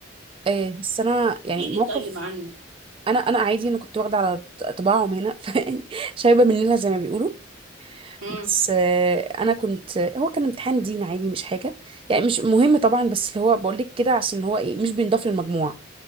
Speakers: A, on the right; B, on the right.
A: آه بس انا يعني
B: احكي لي
A: موقف
B: طيب عنه
A: انا انا عادي انا كنت واخده على ط- طباعهم هنا <laughs> فشايبه مننا زي ما بيقولوا
B: امم
A: بس آه، انا كنت هو كان امتحان دين عادي مش حاجه يعني مش مهم طبعا بس اللي هو بقول لك كده عشان هو ايه مش بينضاف للمجموع